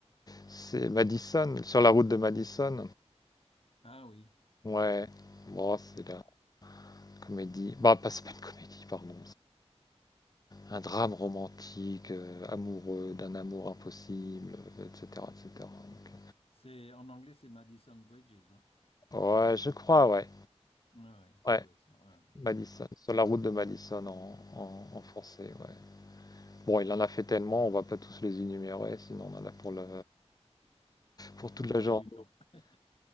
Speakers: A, on the left; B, on the left.
A: c'est Madison, sur la route de Madison.
B: Ah oui.
A: Ouais, bon, c'est la comédie. Bah, pas, c'est pas une comédie, pardon. un drame romantique, euh, amoureux, d'un amour impossible, euh, etc., etc. Donc,
B: C'est, en anglais, c'est Madison Bridges. Ouais.
A: euh, ouais, je crois, ouais.
B: Ouais, ouais, ça
A: Ouais,
B: doit être ça. ouais.
A: Madison,
B: Ouais.
A: sur la route de Madison en, en-
B: Mhm.
A: en français, ouais. Bon, il en a fait tellement, on va pas tous les énumérer, sinon on en a pour le, pour toute
B: Il faudrait
A: la journée.
B: du temps. <laughs>